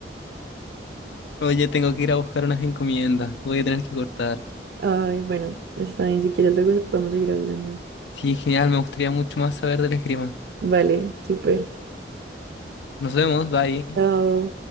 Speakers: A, on the left; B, on the right.
A: Oye, tengo que ir a buscar unas encomiendas. Voy a tener que cortar.
B: Ay, bueno, está bien. Si quieres, luego podemos seguir hablando.
A: Sí, genial, me gustaría mucho más saber del esgrima.
B: Vale, súper.
A: Nos vemos, bye.
B: Chao.